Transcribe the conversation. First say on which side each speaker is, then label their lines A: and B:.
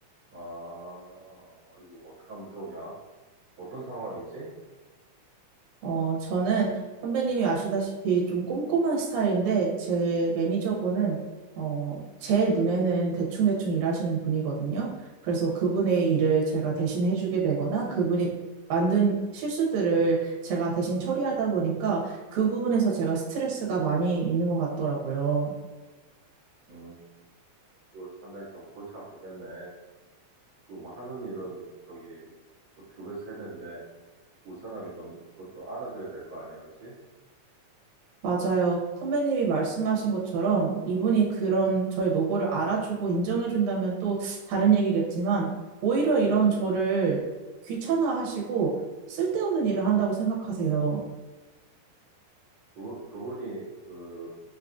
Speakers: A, on the right; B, on the right.
A: 아, 이거 어떻게 하면 좋으냐? 어떤 상황이지?
B: 어, 저는 선배님이 아시다시피 좀 꼼꼼한 스타일인데, 제 매니저분은, 어, 제 눈에는 대충대충 일하시는 분이거든요. 그래서 그분의 일을 제가 대신 해주게 되거나, 그분이 만든 실수들을 제가 대신 처리하다 보니까, 그 부분에서 제가 스트레스가 많이 있는 것 같더라고요.
A: 음, 그 상당히 좀 골치 아프겠네. 그 뭐 하는 일은 저기 뭐 두 배, 세 배인데 우 사람이 좀 그것도 알아줘야 될 거 아니야, 그치?
B: 맞아요. 선배님이 말씀하신 것처럼 이분이 그런 저의 노고를 알아주고 인정해준다면 또 다른 얘기겠지만 오히려 이런 저를 귀찮아하시고 쓸데없는 일을 한다고 생각하세요.
A: 그분, 그분이 그